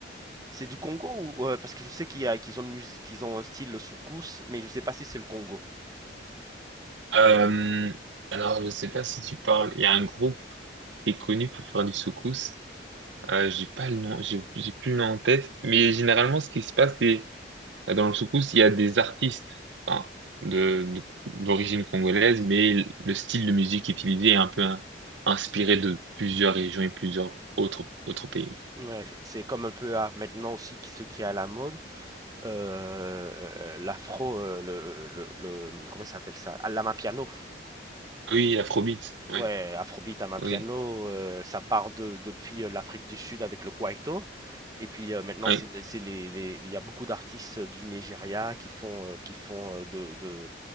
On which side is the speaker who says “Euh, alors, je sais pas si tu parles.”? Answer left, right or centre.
Right